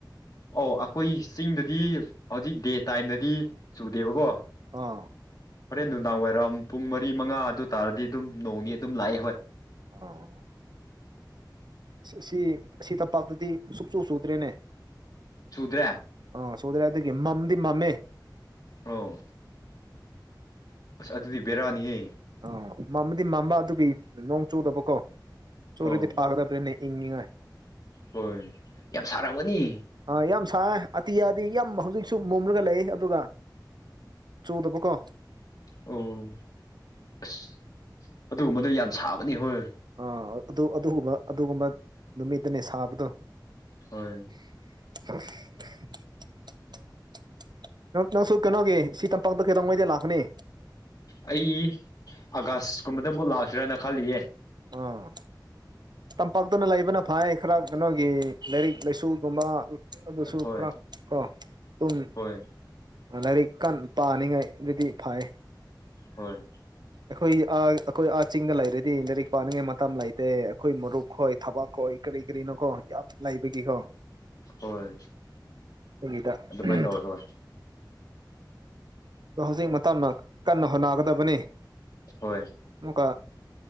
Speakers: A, on the left; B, on the right.
A: ꯑꯣ ꯑꯈꯣꯏ ꯆꯤꯡꯗꯗꯤ ꯍꯧꯖꯤꯛ ꯗꯦ ꯇꯥꯏꯝꯗꯗꯤ ꯆꯨꯗꯦꯕꯀꯣ
B: ꯑꯥ
A: ꯍꯣꯔꯦꯟ ꯅꯨꯡꯗꯥꯡ ꯋꯥꯏꯔꯝ ꯄꯨꯡ ꯃꯔꯤ ꯃꯉꯥ ꯑꯗꯨ ꯇꯥꯔꯗꯤ ꯑꯗꯨꯝ ꯅꯣꯡꯅꯤ ꯑꯗꯨꯝ ꯂꯥꯛꯑꯦ ꯍꯣꯏ
B: <unintelligible> ꯁꯤ ꯁꯤ ꯁꯤ ꯇꯝꯄꯥꯛꯇꯗꯤ ꯁꯨꯛꯁꯨꯨ ꯆꯨꯗ꯭ꯔꯦꯅꯦ
A: ꯆꯨꯗ꯭ꯔꯦ
B: ꯑꯧ ꯆꯨꯗ꯭ꯔꯦ ꯑꯗꯒꯤ ꯃꯝꯗꯤ ꯃꯝꯃꯦ
A: ꯑꯧ ꯑꯁ ꯑꯗꯨꯗꯤ ꯕꯦꯔꯥꯅꯤꯍꯦ
B: ꯑꯥ ꯃꯝꯕꯗꯤ ꯃꯝꯕ ꯑꯗꯨꯒꯤ ꯅꯣꯡ ꯆꯨꯗꯕꯀꯣ ꯆꯨꯔꯗꯤ
A: ꯑꯧ
B: ꯐꯥꯒꯗꯕꯅꯦ ꯏꯪꯅꯤꯉꯥꯏ
A: ꯍꯣꯏ ꯌꯥꯝ ꯁꯥꯔꯝꯒꯅꯤ
B: ꯑꯥ ꯌꯥꯝ ꯁꯥꯏ ꯑꯇꯤꯌꯥꯗꯤ ꯌꯥꯝ ꯍꯧꯖꯤꯛꯁꯨ ꯃꯨꯝꯔꯒ ꯂꯩ ꯑꯗꯨꯒ ꯆꯨꯗꯕꯀꯣ
A: ꯑꯧ ꯑꯁ ꯑꯗꯨꯒꯨꯝꯕꯗꯨ ꯌꯥꯝ ꯁꯥꯕꯅꯤ ꯍꯣꯏ
B: ꯑꯥ ꯑꯗꯨ ꯑꯗꯨꯒꯨꯝꯕ ꯑꯗꯨꯒꯨꯝꯕ ꯅꯨꯃꯤꯠꯇꯅꯦ ꯁꯥꯕꯗꯣ
A: ꯍꯣꯏ
B: <inaudible> ꯅꯪ ꯅꯪꯁꯨ ꯀꯩꯅꯣꯒꯤ ꯁꯤ ꯇꯝꯄꯥꯛꯇ ꯀꯩꯗꯧꯉꯩꯗꯩ ꯂꯥꯛꯀꯅꯤ
A: ꯑꯩ ꯑꯥꯒꯁꯀꯨꯝꯕꯗ ꯑꯃꯨꯛ ꯂꯥꯛꯁꯤꯔꯥꯅ ꯈꯜꯂꯤꯌꯦ
B: ꯑꯥ ꯇꯝꯄꯥꯛꯇꯅ ꯂꯩꯕꯅ ꯐꯩ ꯈꯔ ꯀꯩꯅꯣꯒꯤ ꯂꯥꯏꯔꯤꯛ ꯂꯥꯏꯁꯨꯒꯨꯝꯕ ꯑꯗꯨꯁꯨ
A: ꯍꯣꯏ
B: ꯈꯔ ꯀꯣ ꯑꯗꯨꯝ
A: ꯍꯣꯏ
B: ꯂꯥꯏꯔꯤꯛ ꯀꯟ ꯄꯥꯅꯤꯡꯉꯥꯏ ꯑꯗꯨꯗꯤ ꯐꯩ
A: ꯍꯣꯏ
B: ꯑꯩꯈꯣꯏ ꯑꯥ ꯑꯩꯈꯣꯏ ꯑꯥ ꯆꯤꯡꯗ ꯂꯩꯔꯗꯤ ꯂꯥꯏꯔꯤꯛ ꯄꯥꯅꯤꯡꯉꯥꯏ ꯃꯇꯝ ꯂꯩꯇꯦ ꯑꯩꯈꯣꯏ ꯃꯔꯨꯞ ꯈꯣꯏ ꯊꯕꯛ ꯈꯣꯏ ꯀꯔꯤ ꯀꯔꯤꯅꯣꯀꯣ ꯌꯥꯝ ꯂꯩꯕꯒꯤꯀꯣ
A: ꯍꯣꯏ
B: ꯈꯣꯏꯒꯤꯗ
A: ꯑꯗꯨꯃꯥꯏꯅ
B: ꯎꯝ
A: ꯇꯧꯋꯦ ꯍꯣꯏ
B: ꯑꯗꯣ ꯍꯧꯖꯤꯛ ꯃꯇꯝ ꯃꯛ ꯀꯟꯅ ꯍꯣꯠꯅꯒꯗꯕꯅꯤ
A: ꯍꯣꯏ
B: ꯑꯃꯨꯛꯀ